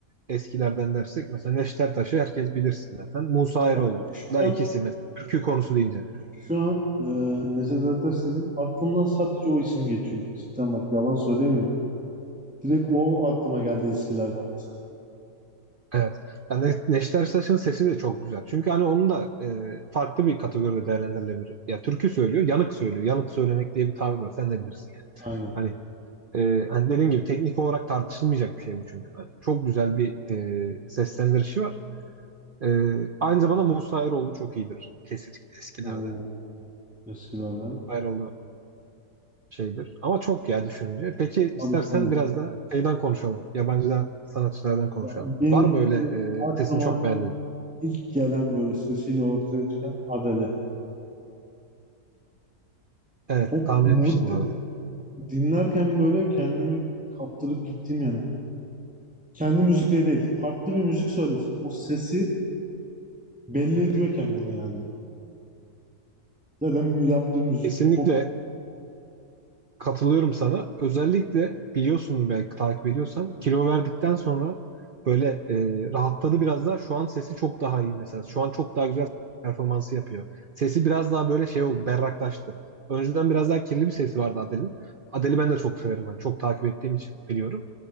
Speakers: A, on the right; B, in the centre.
A: eskilerden dersek mesela Neşter Taş'ı herkes bilirsin zaten. Musa Eroğlu.
B: Bak şu
A: Da
B: an
A: ikisi mesela. Türkü konusu deyince.
B: şu an e, Neşet Ertaş dedim. Aklımdan sadece o isim geçiyordu. Cidden bak yalan söylemiyorum. Direkt o aklıma geldi eskilerden mesela.
A: Evet. Yani Ne- Neşter Saç'ın sesi de çok güzel. Çünkü hani onun da e, farklı bir kategoride değerlendirilebilir. Ya türkü söylüyor, yanık söylüyor. Yanık söylemek diye bir tabir var. Sen de bilirsin yani.
B: Aynen.
A: Hani, e, hani dediğim gibi teknik olarak tartışılmayacak bir şey bu çünkü. Hani çok güzel bir e, seslendirişi var. E, aynı zamanda Musa Eroğlu çok iyidir. Kesinlikle eskilerde.
B: O eskilerden.
A: Eroğlu şeydir. Ama çok ya düşününce. Peki istersen
B: Tabii tabii.
A: biraz da şeyden konuşalım. Yabancı sanatçılardan konuşalım.
B: Ya benim
A: Var mı öyle
B: direkt aklıma
A: e, sesini çok beğendin?
B: ilk gelen böyle sesiyle ortaya çıkan Adele.
A: Evet,
B: Çok
A: tahmin
B: umut
A: etmiştim orada.
B: dinlerken böyle kendimi kaptırıp gittim yani. Kendi müzikleri değil. Farklı bir müzik söylesin. O sesi belli ediyor kendini yani. Zaten yaptığı müzik
A: Kesinlikle
B: çok
A: katılıyorum sana. Özellikle biliyorsundur belki takip ediyorsan kilo verdikten sonra böyle e, rahatladı biraz daha. Şu an sesi çok daha iyi mesela. Şu an çok daha güzel performansı yapıyor. Sesi biraz daha böyle şey oldu, berraklaştı. Önceden biraz daha kirli bir sesi vardı Adele'in. Adele'i ben de çok severim. Hani çok takip ettiğim için biliyorum.